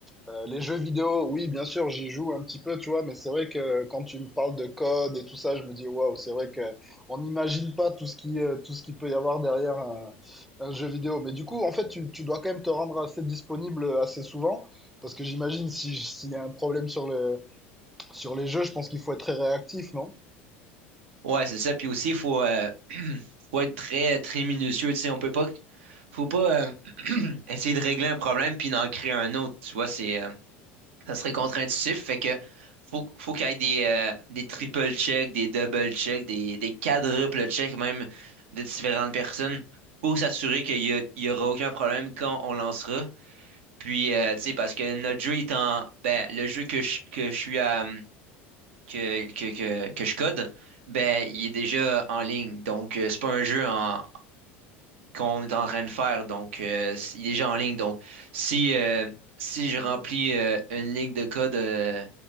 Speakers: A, in the centre; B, on the right.
A: Euh, les jeux vidéo, oui, bien sûr, j'y joue un petit peu, tu vois, mais c'est vrai que quand tu me parles de code et tout ça, je me dis, waouh, c'est vrai que on n'imagine pas tout ce qui, euh, tout ce qu'il peut y avoir derrière un, un jeu vidéo. Mais du coup, en fait, tu, tu dois quand même te rendre assez disponible assez souvent, parce que j'imagine si, s'il y a un problème sur le, sur les jeux, je pense qu'il faut être très réactif, non?
B: Ouais, c'est ça. Puis aussi, il faut, euh, <clears throat> faut être très, très minutieux. Tu sais, on peut pas, faut pas euh, <clears throat> essayer de régler un problème puis d'en créer un autre. Tu vois, c'est, euh, ça serait contre-intuitif. Fait que faut, faut qu'il y ait des, euh, des triple checks, des double checks, des, des quadruple checks même de différentes personnes pour s'assurer qu'il y a- il y aura aucun problème quand on lancera. Puis, euh, tu sais, parce que notre jeu est en, ben, le jeu que je, que je suis à, que, que, que, que je code, ben, il est déjà en ligne. Donc, euh, c'est pas un jeu en- qu'on est en train de faire. Donc, euh, c- il est déjà en ligne. Donc, si, euh, si je remplis euh, une ligne de code euh,